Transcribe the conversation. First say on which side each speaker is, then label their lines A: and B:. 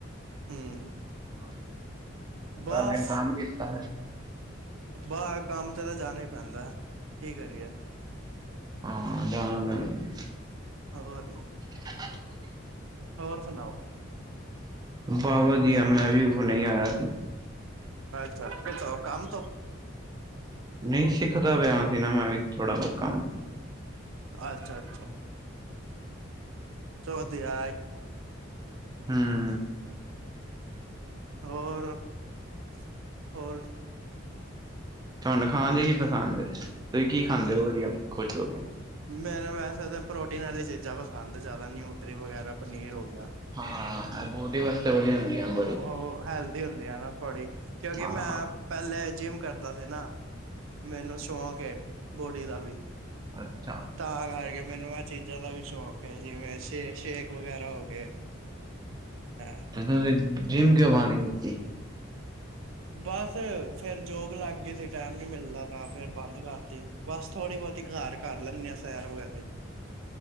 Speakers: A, on the right; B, on the right.
A: ਹੂੰ
B: ਹੋਰ ਸਾਰਾ
A: ਬਸ
B: ਦਿਨ ਕੰਮ ਕੀਤਾ। <inaudible>
A: ਬਾਹਰ ਕੰਮ ਤੇ ਤਾਂ ਜਾਣਾ ਹੀ ਪੈਂਦਾ, ਕੀ ਕਰੀਏ।
B: ਹਾਂ ਜਾਣਾ ਪੈਂਦਾ ਆ।
A: ਹੋਰ ਨੀਂ।
B: <inaudible>
A: ਹੋਰ ਸੁਣਾਓ?
B: ਬਹੁ ਵਧੀਆ, ਮੈਂ ਵੀ ਹੁਨੇ ਹੀਂ ਆਇਆ ਸੀ।
A: ਅੱਛਾ ਕਿਥੋਂ ਕੰਮ ਤੋਂ
B: ਨਹੀਂ ਸਿੱਖਦਾ ਪਿਆ ਸੀ ਨਾਂ ਮੈਂ ਵੀ ਥੋੜਾ-ਬਹੁਤ ਕੰਮ।
A: ਅੱਛਾ-ਅੱਛਾ। ਚਲੋ ਵਧੀਆ ਆ।
B: ਹਮ।
A: ਹੋਰ-ਹੋਰ।
B: ਤੁਹਾਨੂੰ ਖਾਣ ਜੇ ਕੀ ਪਸੰਦ ਹੈ? ਤੁਸੀਂ ਕੀ ਖਾਂਦੇ ਹੋ ਵਧੀਆ ਖੁਸ਼ ਹੋ ਕੇ
A: ਮੈਨੂੰ ਵੈਸੇ ਤਾਂ ਪ੍ਰੋਟੀਨ ਵਾਲੀਆਂ ਚੀਜ਼ਾਂ ਪਸੰਦ ਜ਼ਿਆਦਾ ਨਿਊਟਰੀ ਵਗੈਰਾ ਪਨੀਰ ਹੋ ਗਿਆ।
B: ਹਾਂ ਆ ਬੋਡੀ ਵਾਸਤੇ <unintelligible>
A: ਉਹ ਹੈਲਦੀ ਹੁੰਦੀ ਆ ਨਾ ਥੋੜੀ ਕਿਉਂਕਿ
B: ਹਾਂ
A: ਮੈਂ ਪਹਿਲੇ ਜਿੰਮ ਕਰਦਾ ਸੀ ਨਾ <inaudible> ਮੈਨੂੰ ਸ਼ੌਂਕ ਏ ਬੋਡੀ ਦਾ ਵੀ
B: ਅੱਛਾ।
A: ਤਾਂ ਕਰਕੇ ਮੈਨੂੰ ਇਹ ਚੀਜ਼ਾਂ ਦਾ ਵੀ ਸ਼ੌਂਕ ਹੈ ਜਿਵੇਂ ਸ਼ੇ -ਸ਼ੇਕ ਵਗੈਰਾ ਹੋ ਗਏ ਹੈ।
B: ਤਾਂ ਕਰਕੇ ਜਿੰਮ ਜੋਇਨ ਕੀਤੀ।
A: ਬਸ ਫੇਰ ਜੋਬ ਲੱਗ ਸੀ। ਟਾਈਮ ਨੀ ਮਿਲਦਾ ਤਾਂ ਫੇਰ ਬੰਦ ਕਰਤੀ ਬਸ ਥੋੜੀ ਬਹੁਤੀ ਘਰ ਕਰ ਲੈਂਦੇ ਹ ਸੈਰ ਵਗੈਰਾ